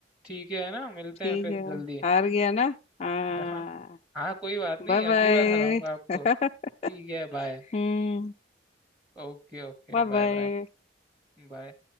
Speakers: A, in the centre; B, on the left.
A: ठीक है ना मिलते
B: ठीक
A: हैं फिर
B: है
A: जल्दी
B: हार गया ना हाँ
A: <laughs> हाँ हाँ कोई बात नहीं
B: Bye bye
A: अगली बार हराऊंगा आपको
B: <laughs>
A: ठीक है bye
B: हम्म
A: Okay okay
B: Bye bye
A: bye bye bye